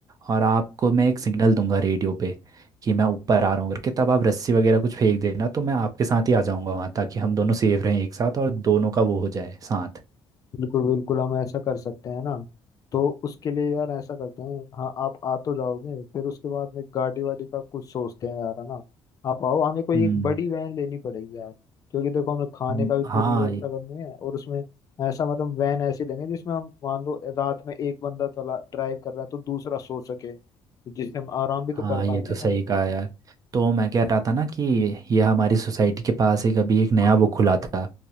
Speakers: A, on the right (about 40°); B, on the left (about 40°).
A: और आपको मैं एक सिग्नल दूंगा रेडियो पे कि मैं ऊपर आ रहा हूँ करके तब आप रस्सी वगैरह कुछ फेंक देना तो मैं आपके साथ ही आ जाऊँगा वहाँ ताकि हम दोनों सेफ रहें एक साथ और दोनों का वो हो जाए साथ
B: बिल्कुल बिल्कुल हम ऐसा कर सकते हैं ना तो उसके लिए यार ऐसा करते हैं हाँ आप आ तो जाओगे फिर उसके बाद में गाड़ी वाड़ी का कुछ सोचते हैं यार है ना आप आओ हमें कोई
A: हम्म
B: एक बड़ी वैन लेनी पड़ेगी यार क्योंकि देखो हमें खाने
A: हम्म,
B: का भी
A: हाँ
B: पूरी व्यवस्था करनी है और उसमें ऐसा मतलब वैन ऐसी लेंगे जिसमें हम मान लो रात में एक बंदा चला ड्राइव कर रहा है तो दूसरा सो सके तो जिससे हम आराम भी तो
A: हाँ
B: कर
A: ये
B: पाएंगे
A: तो
B: ना
A: सही कहा यार तो मैं कह रहा था ना कि ये हमारी सोसाइटी के पास एक अभी एक नया वो खुला था